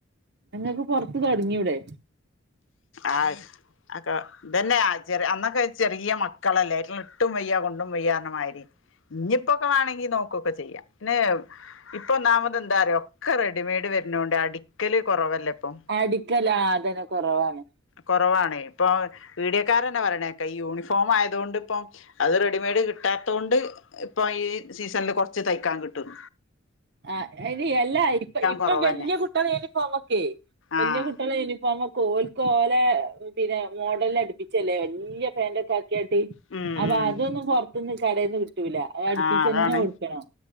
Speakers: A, on the right; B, on the left.
A: ഇങ്ങക്ക് പൊറത്ത് തൊടങ്ങിയൂടെ
B: ആഹ് അക്കെ ഇതന്നെ ആഹ് ചെറെ അന്നൊക്കെ ചെറിയ മക്കളല്ലേ ഇട്ടും വയ്യ കൊണ്ടും വയ്യാ പറഞ്ഞ മാതിരി ഇഞ്ഞിപ്പോക്കെ വാണങ്കി നോക്കൊക്കെ ചെയ്യാം പിന്നെ ഇപ്പൊ ഒന്നാമത് എന്താറിയൊ ഒക്കെ റെഡിമെയ്ഡ് വര്ണോണ്ട് അടിക്കല് കൊറവല്ലെ ഇപ്പൊ
A: അടിക്കല് ആഹ് അതന്നെ കൊറവാണ്
B: കൊറവാണ് ഇപ്പൊ പീടിയക്കാരന്നെ പറയണേക്കെ ഈ യൂണിഫോം ആയതുകൊണ്ട് ഇപ്പം അത് റെഡിമെയഡ് കിട്ടാത്തോണ്ട് ഇപ്പൊ ഈ സീസണില് കൊറച്ച് തയ്ക്കാൻ കിട്ടും
A: ആഹ് എടി അല്ലാ ഇപ്പ ഇപ്പൊ
B: കൊറവന്നെ
A: വല്യ കുട്ട്യാളെ യൂണിഫോമൊക്കെയ് വല്യ
B: ആഹ്
A: കുട്ടികളെ യൂണിഫോമൊക്കെ ഓൽ ക്കോലെ പിന്നെ മോഡല് അടുപ്പിച്ചല്ലേ വല്യ പാന്റൊക്കെ ആക്കിയാട്ട്
B: ഉം
A: അപ്പൊ
B: ഉം
A: അതൊന്നും പൊറത്ത്ന്ന് കടയിൽന്ന് കിട്ടൂല അത് അടുപ്പിച്ച്
B: ആഹ് അതാണ്
A: തന്നെ കൊടുക്കണം